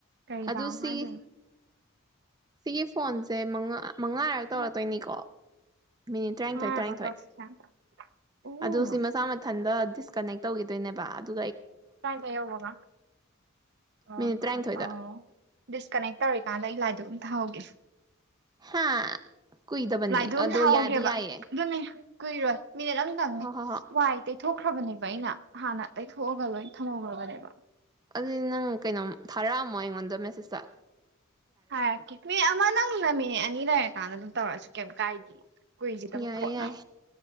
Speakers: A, on the right (about 55°); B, on the right (about 20°).
A: ꯀꯩꯗꯥꯎ
B: ꯑꯗꯨ ꯁꯤ
A: ꯍꯥꯏꯗꯣꯏꯅꯣ
B: ꯁꯤꯒꯤ ꯐꯣꯟꯁꯦ ꯃꯉꯥ ꯃꯉꯥꯔꯛ ꯇꯧꯔꯛꯇꯣꯏꯅꯤꯀꯣ
A: ꯎꯝ
B: ꯃꯤꯅꯤꯠ ꯇꯔꯥꯅꯤꯊꯣꯏ
A: ꯉꯥꯏꯈꯣ
B: ꯇꯔꯥꯅꯤꯊꯣꯏ
A: ꯇꯧꯔꯛꯁꯤꯁꯦ ꯎꯝ
B: ꯑꯗꯨ ꯁꯤ ꯃꯁꯥ ꯃꯊꯟꯗ ꯗꯤꯁꯀꯅꯦꯛ ꯇꯧꯒꯤꯗꯣꯏꯅꯦꯕ ꯑꯗꯨ
A: ꯀꯥꯏꯗ ꯌꯧꯕꯒ ꯑꯣ
B: ꯃꯤꯅꯤꯠ ꯇꯔꯥꯅꯤꯊꯣꯏꯗ
A: ꯑꯣ ꯗꯤꯁꯀꯅꯦꯛ ꯇꯧꯔꯤꯀꯥꯟꯗ ꯑꯩ ꯂꯥꯏꯗꯨꯛ ꯊꯥꯎꯒꯦ
B: ꯍꯥ ꯀꯨꯏꯗꯕꯅꯦ
A: ꯂꯥꯏꯗꯨꯛ
B: ꯑꯗꯣ
A: ꯑꯝ ꯊꯥꯍꯧꯒꯦꯕ
B: ꯌꯥꯗꯤ ꯌꯥꯏꯌꯦ
A: ꯑꯗꯨꯅꯤ ꯀꯨꯏꯔꯣꯏ ꯃꯤꯅꯤꯠ ꯑꯝꯇꯪꯅꯤ
B: ꯍꯣꯏ ꯍꯣꯏ ꯍꯣꯏ
A: ꯋꯥꯏꯇꯩ ꯊꯣꯛꯈ꯭ꯔꯕꯅꯦꯕ ꯑꯩꯅ ꯍꯥꯟꯅ ꯇꯩꯊꯣꯛꯑꯒ ꯂꯣꯏ ꯊꯝꯍꯧꯔꯕꯅꯦꯕ
B: ꯑꯗꯨꯗꯤ ꯅꯪ ꯀꯩꯅꯣꯝ ꯊꯥꯔꯛꯑꯝꯃꯣ ꯑꯩꯉꯣꯟꯗ ꯃꯦꯁꯦꯖꯇ
A: ꯍꯥꯏꯔꯛꯀꯦ ꯃꯤ ꯑꯃ ꯅꯪꯅ ꯃꯤ ꯑꯅꯤ ꯂꯩꯔꯀꯥꯟꯗ ꯑꯗꯨꯝ ꯇꯧꯔꯁꯨ ꯀꯦꯝ ꯀꯥꯏꯗꯦ ꯀꯨꯏꯒꯤꯗꯕ
B: ꯌꯥꯏꯌꯦ
A: ꯄꯣꯠꯅ
B: ꯌꯥꯏ